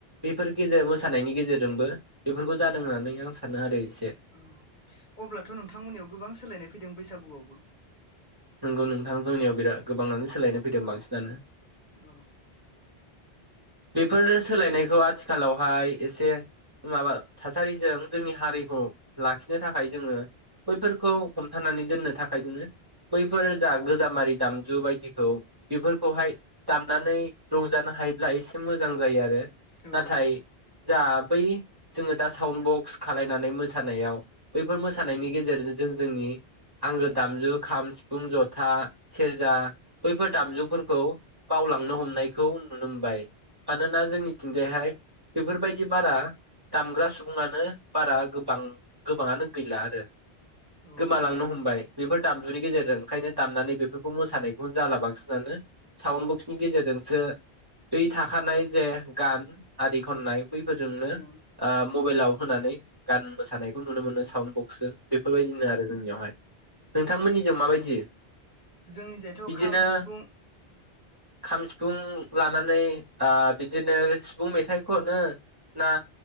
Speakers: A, on the right (about 20°); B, on the left (about 45°).
A: बेफोर गेजेर मोसानायनि गेजेरजोंबो बेफोरखौ जादों होननानै आं सानो आरो एस
B: अ अब्लाथ' नोंथांमोननियाव गोबां सोलायनाय फैदों बैसागुआवबो
A: नोंगौ नोंथां जोंनियाव बिराद गोबांआनो सोलायनो फैदों बांसिनानो
B: अ।
A: बेफोर सोलायनायखौ आथिखालावहाय एसे माबा थासारिजों जोंनि हारिखौ लाखिनो थाखाय जोङो बैफोरखौ हमथानानै दोननो थाखाय जोङो बैफोर जा गोजामारि दामजु बायदिखौ बेफोरखौहाय दामनानै रंजानो हायोब्ला एसे मोजां जायो आरो।
B: औ
A: नाथाय जा बै जोङो दा साउन्ड बक्स खालायनानै मोसानायाव बैफोर मोसानायनि गेजेरजों जों जोंनि आंगो दामजु खाम, सिफुं, जथा, सेरजा बैफोर दामजुफोरखौ बावलांनो हमनायखौ नुनो मोनबाय। मानोना जोंनिथिंजायहाय बेफोरबायदि बारा दामग्रा सुबुङानो बारा गोबां गोबाङानो गैला आरो
B: औ
A: गोमालांनो हमबाय बेफोर दामजुनि गेजेरजों ओंखायनो दामनानै बेफोर- खौ मोसानायखौनो जाला बांसिनानो। साउन्ड बक्सनि गेजेरजोंसो दै था खानाय जे गान आरि खननाय बैफोरजोंनो
B: औ
A: आम मबाइलाव होनानै गान मोसानायखौ नुनो मोनो साउड बक्सजों बेफोरबायदिनो आरो जोंनियावहाय। नोंथांमोननिजों माबायदि?
B: जोंनि जायथ'
A: बिदिनो
B: खाम, सिफुं
A: खाम, सिफुं लानानै आ बिदिनो सिफुं मेथाइ खनो ना